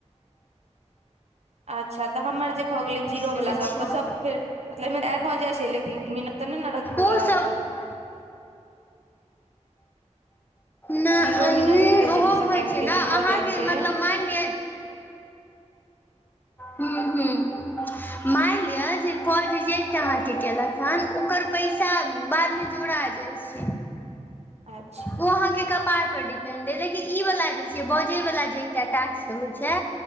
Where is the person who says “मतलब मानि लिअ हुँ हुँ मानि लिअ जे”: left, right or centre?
Left